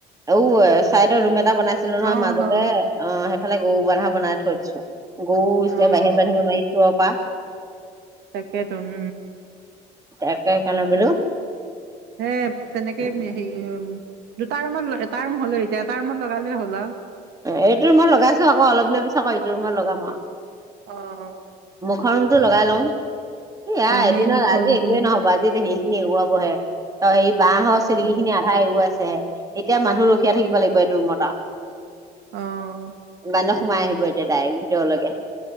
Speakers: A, on the right (about 20°); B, on the right (about 80°).
A: আও চাইডৰ ৰুম এটা বনাইছিলে নহয়
B: অ
A: মাজতে
B: হ'ল
A: অ এফালে গৰু বান্ধা বনাই থৈ দিছোঁ। গৰু এতিয়া
B: অ
A: বাহিৰ
B: অ
A: বান্ধিব নোৱাৰি চোৰৰ পা।
B: কেই উম!
A: একে কলে বোলোঁ।
B: হে তেনেকে যে সিও দুটা ৰুমত এটা ৰুম হলে এতিয়া এটা ৰুমত লগালে হ'ল আ
A: এইটো ৰুমত লগাইছো আকৌ অলপ দিনৰ পিছত আকৌ এইটো ৰুমত লগাম আৰু।
B: অহ!
A: খৰঙটো লগাই লং এয়া এদিনত
B: মেইন মুখৰ
A: আজি
B: ৰুমটোহে
A: একোৱে নহব আজি সেই খিনি এৰুৱাবহে। <unintelligible> অ--এই বাঁহৰ চিলিঙি
B: অ
A: খিনি আধা এৰুৱাইছে হে। এতিয়া মানুহ ৰখিয়া থাকিব লাগিব, এইটো ৰুমত আও।
B: অঁ!
A: বান্দৰ সোমাই আহিব এতিয়া ডাইৰেক্ট ভিতৰলৈকে।